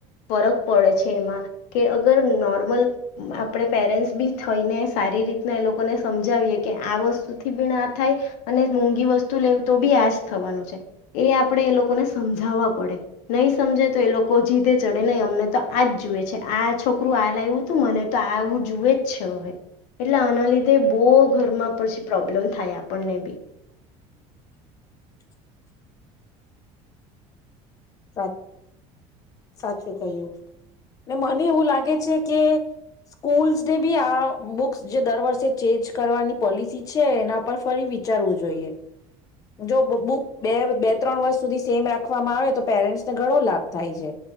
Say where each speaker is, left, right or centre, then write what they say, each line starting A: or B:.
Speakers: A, on the left; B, on the left.
A: ફરક પડે છે એમાં કે અગર નોર્મલ આપણે પેરેન્ટ્સ બી થઈને સારી રીતના એ લોકોને સમજાવીએ. કે આ વસ્તુ ભી આ થાય અને મોંઘી વસ્તુ લેવ તો બી આજ થવાનું છે એ આપડે એ લોકોને સમજાવવા પડે નહીં સમજે તો એ લોકો જીદે ચડે નહી અમને તો આજ જુએ છે આ છોકરું આ લાવું તું મને તો આ આવું જુએ જ છે હવે એટલે અના લિધે બવ ઘરમાં પડશે પ્રોબ્લેમ થાય આપણને બી.
B: <inaudible> સાત સાચું કહ્યું ને મને એવું લાગે છે કે સ્કૂલ્સને બી આ બુક્સ જે દર વર્ષે ચેન્જ કરવાની પોલિસી છે એના પર ફરી વિચારવું જોઈએ જો બુક બે બે ત્રણ વર્ષ સુધી સેમ રાખવામાં આવે તો પેરેન્ટ્સને ઘણો લાભ થાય છે